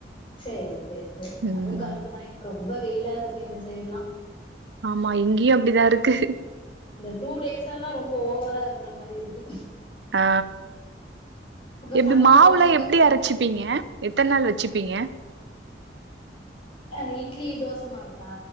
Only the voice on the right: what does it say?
ம்
ஆமா இங்கயு அப்டிதா இருக்கு
ஆ
எப்டி
மாவுலா
எப்டி
அரச்சுப்பீங்க எத்தன் நாள் வச்சுப்பீங்க